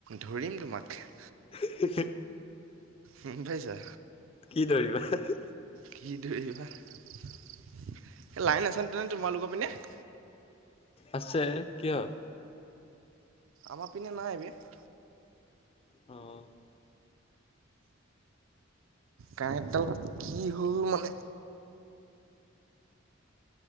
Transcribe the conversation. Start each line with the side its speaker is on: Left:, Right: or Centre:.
Right: ধৰিম তোমাক <unintelligible>
Left: আ <unintelligible>
Right: উম! <unintelligible> পাইছা?
Left: কি ধৰিবা? <unintelligible>
Right: কি ধৰিবা? এই লাইন আছেনে তোমালোকৰ পিনে? <unintelligible>
Left: আছে। কিয়? <unintelligible>
Right: আমাৰ পিনে নাই বে। <unintelligible>
Left: অঁ! <unintelligible>
Right: কাৰেণ্টডাল কি হ'ল মানে